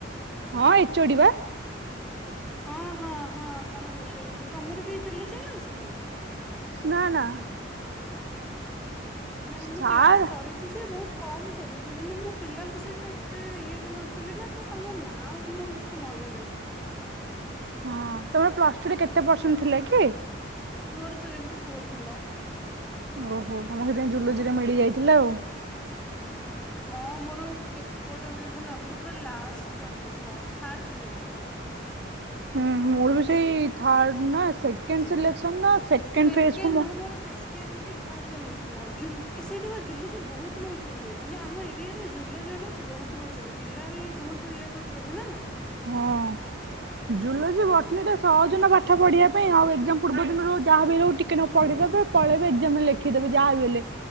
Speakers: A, on the right (about 60°); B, in the centre.
A: ହଁ ଏଚ ଓ ଡି ବା।
B: ହଁ, ହଁ, ହଁ ତାଙ୍କ ବେକ ବେକ, ତୋମର ବି ଜୁଲୋଜି ଅନର୍ସ କିି?
A: ନା ନା।
B: ନାଇଁ
A: ସାର୍
B: ମୁଁ କ୍ଲାସ୍ କରି ଚି, ସେ ବହୁତ କମ କରିଚି, ମାନେ ମୁଁ ପିଲାଙ୍କ ସହିତ ଏତେ ଇଏରେ ନଥିଲି ନା ତ ତାଙ୍କ ନାଁ ଆଉ ମୁଁ ବେଶୀ ମନେ ନାହିଁ।
A: ହଁ ତୋମେ ପ୍ଲସ୍ ଟୁ ରେ କେତେ ପରସେଣ୍ଟ ଥିଲା କି?
B: ମୋର ସେଭେଣ୍ଟି ଫୋର୍ ଥିଲା।
A: ଓହୋ ତମ ସେଥିପାଇଁ ଜୁଲୋଜିରେ ମିଳିଯାଇଥିଲା ଆଉ।
B: ହଁ ମୋର କେ କୋଉଟା ମିଳିଥିଲା ମୋର ପୁରା ଲାଷ୍ଟଟା ମିଳିଥିଲା ଥାର୍ଡ୍ ସିଲେକ୍ସନ।
A: ହୁଁ ମୋର ବି ସେଇ ଥାର୍ଡ ନା ସେକେଣ୍ଡ ସିଲେକ୍ସନ ନା
B: ସେକେଣ୍ଡ
A: ଫେଜ କୁ
B: ନୁହଁ
A: ମୁଁ
B: ମୋର ସେ କେଣ୍ଡ କି ଥାର୍ଡରେ ମିଳିଥିଲା ଜୁ ଏ ସେଇଠି ପା ଜୁଲୋଜି ବୋହୁତ ନୋଉଚନ୍ତି ମାନେ ଆମ ଏରିଆରେ ଜୁଲୋଜି ଅନର୍ସ୍ ବୋହୁତ ନୋଉଚନ୍ତି ପିଲା ବି ବୋହୁତ ଇଏ କରୁଚନ୍ତି ନା।
A: ହଁ ଜଲୋଜି
B: ହୁଁ
A: ବଟନିଟା ସହଜ ନା ପାଠ ପଢ଼ିବା ପାଇଁ ଆଉ ଏଗଜାମ ପୂର୍ବ ଦିନରୁ ଯାହା ବି ହୋଇଯାଉ ଟିକେ ନାକୁ ପଢିଦବୁ ପଳେଇବେ ଏଗଜାମ ଲେଖ ଖିଦେବେ ଯାହା ବି ହେଲେ।